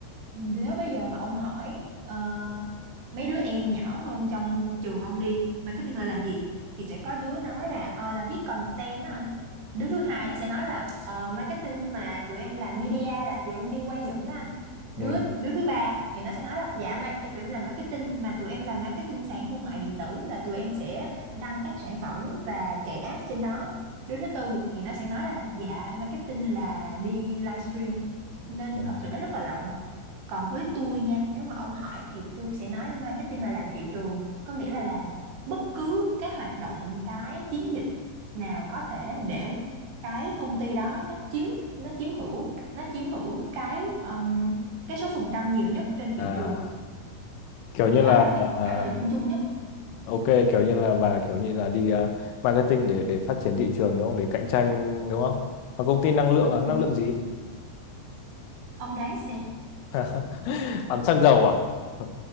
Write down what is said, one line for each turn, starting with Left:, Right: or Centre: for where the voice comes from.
Right: Nếu bây giờ mà ông hỏi ờ, mấy đứa em nhỏ hơn trong trường ông đi, marketing là làm gì thì sẽ có đứa nói là ờ, là viết content đó anh. Đứa thứ hai nó sẽ nói là ờ, marketing mà tụi em làm media là tụi em đi quay dựng đó anh.
Left: Ừ.
Right: Đứa đứa thứ ba thì nó sẽ nói là dạ mà tụi em làm marketing mà tụi em làm marketing sàn thương mại điện tử là tụi em sẽ đăng các sản phẩm và chạy ads trên đó đứa thứ tư thì nó sẽ nói là dạ marketing là đi livestream nên
Left: ừ.
Right: thật sự nó rất là rộng còn với tôi nha nếu mà ông hỏi thì tôi sẽ nói marketing là làm thị trường có nghĩa là làm bất cứ cái hoạt động cái chiến dịch nào có thể để cái công ty đó nó chiếm nó chiếm hữu nó chiếm hữu cái um, cái số phần trăm nhiều nhất trên thị
Left: À,
Right: trường
Left: kiểu như
Right: thì đó
Left: là
Right: là cái câu
Left: à,
Right: trả
Left: à,
Right: lời chung chung nhất
Left: ok, kiểu như là bà kiểu như là đi à, marketing để để phát triển thị trường đúng không? Để cạnh tranh đúng không? Và công ty năng lượng
Right: ừ.
Left: à? Năng lượng gì?
Right: ông đoán xem
Left: <laughs> Bán xăng dầu à? <laughs>